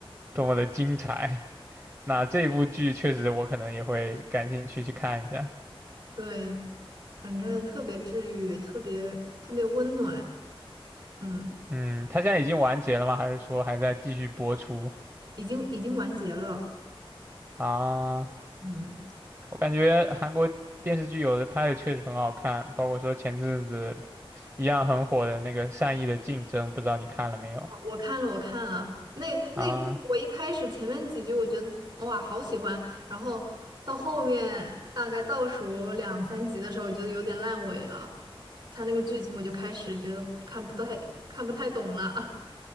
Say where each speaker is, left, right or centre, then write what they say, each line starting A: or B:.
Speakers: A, on the right; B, on the right.
A: 多么的精彩。那这部剧确实我可能也会感兴趣去看一下。
B: 对，反正特别治愈，特别特别温暖，嗯，
A: 嗯，它现在已经完结了吗？还是说还在继续播出
B: 已经已经完结了，
A: 啊？
B: 嗯。
A: 我感觉韩国电视剧有的拍的确实很好看，包括说前阵子一样很火的那个《善意的竞争》，不知道你看了没有？
B: 我看了，我看了那那部我一开始前面几集我觉得哇好喜欢，
A: 啊
B: 然后到后面大概倒数两三集的时候，我觉得有点烂尾了，他那个剧情我就开始觉得看不太看不太懂了。<laughs>